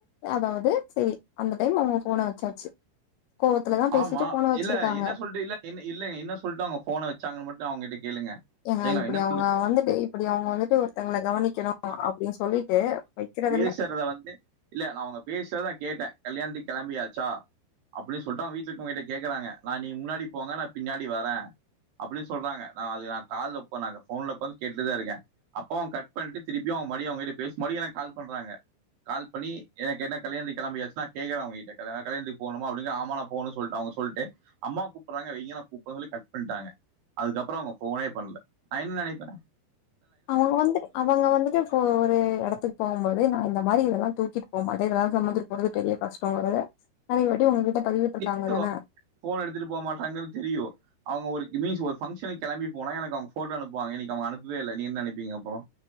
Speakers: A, on the left; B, on the right.
A: அதாவுது செரி அந்த டைம் அவுங்க ஃபோன வச்சாச்சு கோவத்துலதா பேசிட்டு
B: ஆமா
A: ஃபோன வச்சிருக்காங்க
B: இல்ல என்ன சொல்ட்டு இல்ல என் இல்ல என்ன சொல்ட்டு அவுங்க ஃபோன வச்சாங்கனு மட் டு அவுங்கட்ட கேளுங்க
A: ஏங்க
B: சேங்ளா
A: இப்டி
B: என்ன
A: அவங்க
B: சொல்ட்டு <inaudible>
A: வந்துட்டு இப்டி அவங்க வந்துட்டு ஒருத்தங்கள கவனிக்கணு அப்டின்னு சொல்லிட்டு வைக்கிறதில்ல
B: பேசுறத வந்து இல்ல நா அவுங்க பேசுறத நா கேட்டே கல்யாணத்துக் கெளம்பியாச்சா அப்டி சொல்ட்டு அவுங்க வீட்ல இருக்கவுங்க கிட்ட கேக்குறாங்க நா நீங்க முன்னாடி போங்க நா பின்னாடி வரே அப்பிடி சொன்னாங்க நா அது நா கால்ல பண்ணாங்க ஃபோன்ல ஒக்காந்து கேட்டுட்டு தா இருக்கே அப்பவு கட் பண்ட்டு திருப்பியு அவு மடியு அவுங்க கிட்ட போய் பேசி முடிக்கிறே கால் பண்றாங்க கால் பண்ணி எனக் என்ன கல்யாணத்துக் கெளம்பியாச்ச நா கேக்குறே அவுங்கிட்ட கல கல்யாண்த்துக்கு போனுமா அப்டி சொல் ஆ மா நா போனு சொல் அவுங்க சொல்ட்டு அம்மா கூப்புறாங்க வைங்க நா கூப்புறே சொல்லி கட் பண்ட்டாங்க அதுக்கப்றொ அவுங்க ஃபோனே பண்ல நா என்‌ நெனைப்பே
A: அவுங்க வந்துட்டு அவுங்க வந்துட்டு இப்ப ஒரு எடத்துக்கு போவும்போது நா இந்த மாரி இதல்லா தூக்கிட்டு போம்மோது இதெல்லா சொமந்துட்டு போறது பெரிய கஷ்டோங்கறத <unintelligible> பதிவிட்ருக்காங்க
B: <inaudible>
A: தான
B: ஃபோன் எடுத்துட்டு போ மாட்டாங்கன் தெரியு அவுங்க ஒரு மீன்ஸ் ஒரு பங்ஷனுக்கு கெளம்பி போனா எனக்கு அவுங்க ஃபோட்டோ அனுப்புவாங்க இன்னக்கி அவுங்க அனுப்பவே இல்ல நீங்க என்ன நெனப்பீங்க அப்பறொ